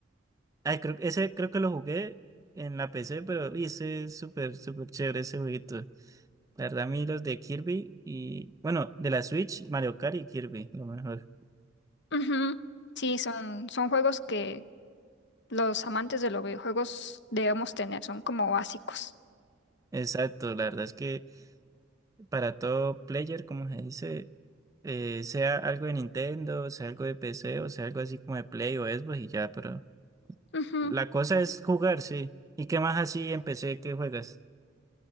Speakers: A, on the right; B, on the left.
A: Ay, creo, que- ese creo que lo jugué en la PC, pero uy, ese es súper, súper chévere ese jueguito. La verdad, a mí los de Kirby y, bueno, de la Switch, Mario Kart y Kirby, lo mejor.
B: Ujú. Sí, son, son juegos que los amantes de los videojuegos debemos tener, son como básicos.
A: Exacto, la verdad es que para todo player, como se dice, eh, sea algo de Nintendo, sea algo de PC o sea algo así como de Play o Xbox y ya, pero
B: Ujú.
A: la cosa es jugar, sí. ¿Y qué más así en PC que juegas?